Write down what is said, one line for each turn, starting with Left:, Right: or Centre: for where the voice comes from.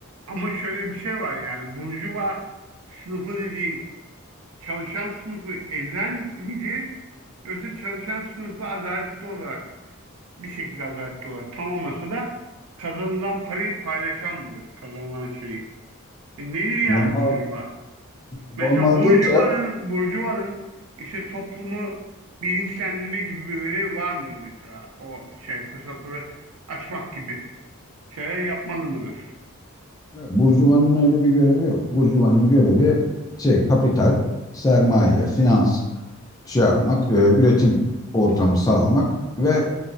Right: ama şöyle bir şey var yani. Burjuva sınıfı dediğin çalışan sınıfı ezen midir? Yoksa çalışan sınıfla adaletli olarak bir şekilde adaletli olarak tam olmasa da kazanılan parayı paylaşan mıdır? Kazanılan şeyi. E nedir
Left: Normal
Right: yani burjuva?
Left: normalde
Right: Mesela Burjuva'nın
Left: te-
Right: Burjuva'nın işte toplumu bilinçlendirme gibi bir görevi var mıdır mesela? O şey fırsatları açmak gibi şeyler yapmalı mıdır?
Left: burjuvanın öyle bir görevi yok. Burjuvanın görevi şey kapital, sermaye, finans. şey yapmak, e, üretim ortamı sağlamak ve